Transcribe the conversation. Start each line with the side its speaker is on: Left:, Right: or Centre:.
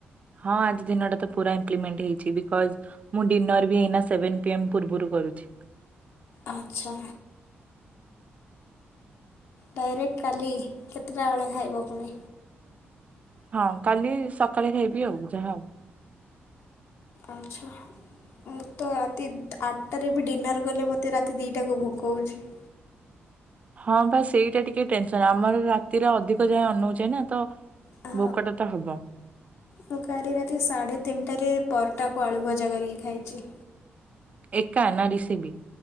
Right: ହଁ ଆଜି ଦିନଟା ତ ପୁରା ଇମ୍ପ୍ଲିମେଣ୍ଟ ହେଇଚି ବିକଜ ମୁଁ ଡିନର ବି ଏଇ ସେଭନ ପୂର୍ବରୁ କରୁ <inaudible>
Left: ଆଛା। ଡାଇରେକ୍ଟ କାଲି କେତେଟା ବେଳେ ଖାଇବ ପୁଣି?
Right: ହଁ କାଲି ସକାଳେ ଖାଇବି ଆଉ ଯାହା ହଉ।
Left: ଆଛା। ମୁଁ ତ ରାତି ଆଠଟାରେ ବି ଡିନର୍ କଲେ ମୋତେ ରାତି ଦିଇଟାକୁ ଭୋକହୋଉଚି।
Right: ହଁ ବା ସେଇଟା ଟିକେ ଟେନସନ ଆମର ରାତିରେ ଅଧିକ ଯାଏ ଅନଉଚେ ନା ତ
Left: ହଁ
Right: ଭୋକଟା ତ ହବ।
Left: ମୁଁ କାଲି ରାତି ସାଢ଼େ ତିନଟାରେ ପରଟାକୁ ଆଳୁ ଭଜା କରିକି ଖାଇଚି।
Right: ଏକା ନା ରିସି ବିି